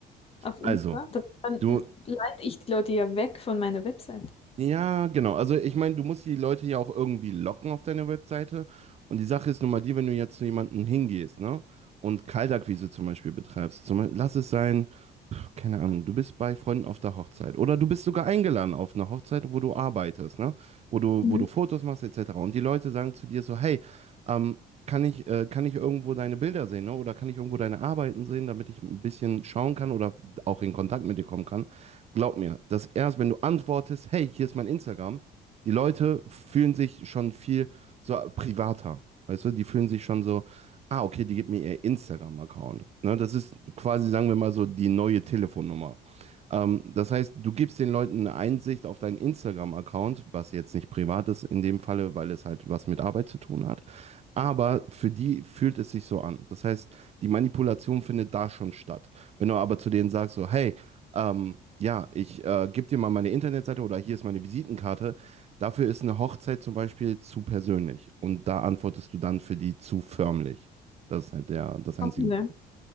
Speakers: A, on the left; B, on the right.
A: auf Insta?
B: Also,
A: Das- Dann
B: du
A: leite ich die Leute ja weg von meiner Webseite.
B: Ja, genau. Also ich meine, du musst die Leute ja auch irgendwie locken auf deiner Webseite. Und die Sache ist nun mal die, wenn du jetzt zu jemandem hingehst, ne? Und Kaltakquise zum Beispiel betreibst. Zum Beispiel, lass es sein, pf, keine Ahnung, du bist bei Freunden auf der Hochzeit. Oder du bist sogar eingeladen auf eine Hochzeit, wo du arbeitest, ne? Wo du,
A: Mhm.
B: wo du Fotos machst, etc. Und die Leute sagen zu dir so, hey, ähm, kann ich, äh, kann ich irgendwo deine Bilder sehen, ne? Oder kann ich irgendwo deine Arbeiten sehen, damit ich ein bisschen schauen kann oder auch in Kontakt mit dir kommen kann? Glaub mir, dass erst, wenn du antwortest, hey, hier ist mein Instagram, die Leute fühlen sich schon viel so privater. Weißt du, die fühlen sich schon so, ah, okay, die gibt mir ihr Instagram-Account. Ne, das ist quasi, sagen wir mal so, die neue Telefonnummer. Ähm, das heißt, du gibst den Leuten eine Einsicht auf deinen Instagram-Account, was jetzt nicht privat ist in dem Falle, weil es halt was mit Arbeit zu tun hat. Aber für die fühlt es sich so an. Das heißt, die Manipulation findet da schon statt. Wenn du aber zu denen sagst, so, hey, ähm, ja, ich äh, gebe dir mal meine Internetseite oder hier ist meine Visitenkarte. Dafür ist eine Hochzeit zum Beispiel zu persönlich. Und da antwortest du dann für die zu förmlich. Das ist halt der, das
A: Spannend,
B: einzige Problem.
A: ne?